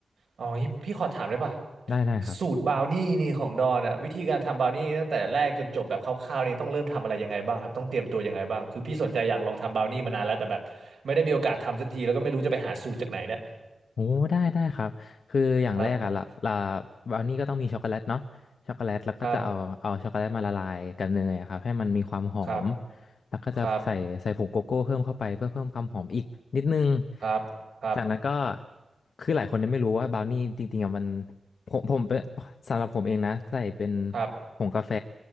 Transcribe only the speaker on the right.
อ๋องี้พี่ขอถามได้ป่ะ
สูตรบราวนี่นี่ของดอนอะวิธีการทำบราวนี่ตั้งแต่แรกจนจบแบบคร่าวๆนี่ต้องเริ่มทำอะไรยังไงบ้างครับต้องเตรียมตัวยังไงบ้างคือพี่สนใจอยากลองทำบราวนี่มานานแล้วแต่แบบไม่ได้มีโอกาสทำสักทีแล้วก็ไม่รู้จะไปหาสูตรจากไหนเนี่ย
ครับ
ครับครับ
ครับครับครับ
ครับ